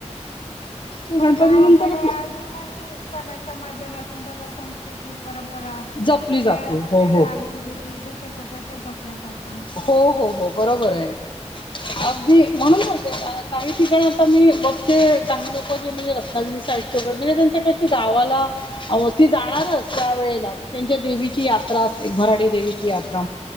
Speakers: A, on the left (about 45°); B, on the left (about 70°).
A: ते
B: पण
A: गणपती
B: गावाकडे
A: नंतर
B: अजूनही सणाच्या माध्यमातून बघा संस्कृती परंपरा
A: जपली जाते
B: त्या
A: हो हो
B: चाली रीती जश तश जपल्या जात
A: हो हो हो बरोबर आहे अगदी म्हणून बोलते काही ठिकाण आता मी बघते चांगली लोक ज म्हणजे रत्नागिरी साईची वगैरे म्हणजे त्यांच्या कशी गावाला अ ती जाणारच त्या वेळेला त त्यांच्या देवीची यात्रा असते एक भराडी देवीची यात्रा.